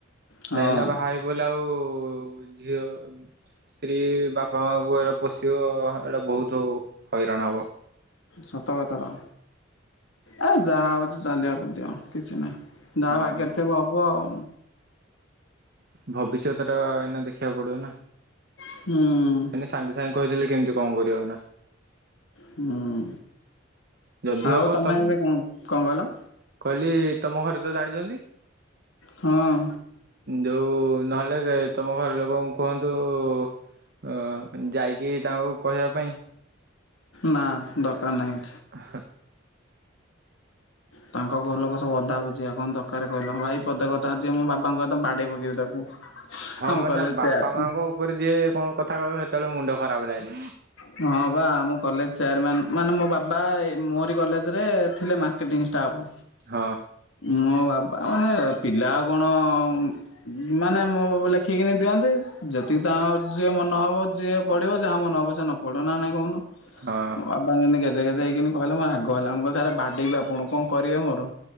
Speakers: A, on the left; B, on the right.
A: ହଁ
B: ଏଇନା ବାହା ହେଇପଇଲେ, ଆଉ ଝିଅ ସ୍ତ୍ରୀ ବାପା ମାଙ୍କୁ ଏଇଟା ପୋଷିବ ଏଇଟା ବହୁତ ହଇରାଣ ହବ।
A: ସତ କଥା ତ! ଏ ଯାହା ହଉଛି ଚାଲିବାକୁ ଦିଅ। କିଛି ନାହିଁ? ଯାହା
B: ହଁ
A: ଭାଗ୍ୟରେ ଥିବ ହବ ଆଉ।
B: ଭବିଷ୍ୟତ ଟା-ଆ ଏନା ଦେଖିଆ ପଡିବ ନା!
A: ହୁଁ।
B: ମାନେ ସାଙ୍ଗେ ସାଙ୍ଗେ କହିଥିଲେ, କେମିତି କଣ କରିବ ଏନା?
A: ହୁଁ,
B: ଯଦି
A: ଆଉ
B: ହବ
A: ତମେ
B: ତମ
A: ଏବେ କଣ, କଣ କହିଲ?
B: କହିଲି, ତମ ଘରେ ତ ଜାଣିଛନ୍ତି?
A: ହଁ।
B: ଯଉ-ଉ ନହେଲେ ତମ ଘର ଲୋକଙ୍କୁ କୁହନ୍ତୁ-ଉ ଅ ଯାଇକି ତାଙ୍କୁ କହିବା ପାଇଁ।
A: ନା, ଦରକାର ନାହିଁ!
B: <inaudible>
A: ତାଙ୍କ ଘର ଲୋକ ସବୁ ଅଧା ବୁଝିଆ। କଣ ଦରକାର କହିଲ? ଭାଇ ପଦେ କଥା ଅଛି, ମୋ ବାବାଙ୍କ କ ତ ବାଡେଇ ପକେଇବେ ତାକୁ।
B: ହଁ
A: ଆମ
B: ମାନେ
A: କଲେ
B: ବାପା
A: ତେୟାର
B: ମାଙ୍କ ଉପରେ ଯିଏ କଣ କଥା କହିବ? ହେତେବେଳେ ମୁଣ୍ଡ ଖରାପ ରାଗେ।
A: ହଁ, ବା ଆମ କଲେଜ ଚେୟାରମ୍ୟାନ୍। ମାନେ, ମୋ ବା ମୋରି କଲେଜରେ ଥିଲେ ମାର୍କେଟିଙ୍ଗ ଷ୍ଟାପ।
B: ହଁ।
A: ମୋ ବାବା ମାନେ ପିଲା ଆଉ କଣ-ଅ-ଅଁ ମାନେ ମୁଁ ବି ଲେଖିକିନି ଦିଅନ୍ତି। ଯେତିକି ତାଙ୍କ ଯିଏ ମନ ହବ, ଯିଏ ପଢିବ ଯାହା ମନ ହବ ସେ ନ ପଢ଼ ନା ନାହିଁ କହୁନ?
B: ହଁ।
A: ମୋ ବାବା <unintelligible> ଗେଜେ ଗେଜେ ହେଇକିନି କହିଲେ, ମୋର୍ ରାଗ ହେଲା। ମୁଁ କହିଲି ସାରା ବାଡ଼େଇବି ଆପଣଙ୍କୁ କଣ କରିବେ ମୋର୍?